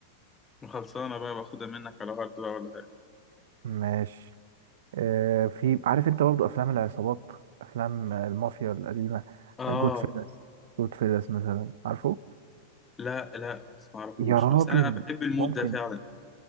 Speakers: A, on the left; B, on the right.
A: وخلصانة بقى باخدها منك على هارد بقى ولا حاجة
B: ماشي آه في عارف أنت برضو أفلام العصابات أفلام المافيا القديمة
A: آه
B: جود فيلز جود فيلز مثلا عارفه
A: لا لا بس معرفوش
B: يا راجل
A: بس أنا بحب المود
B: ممكن
A: ده فعلا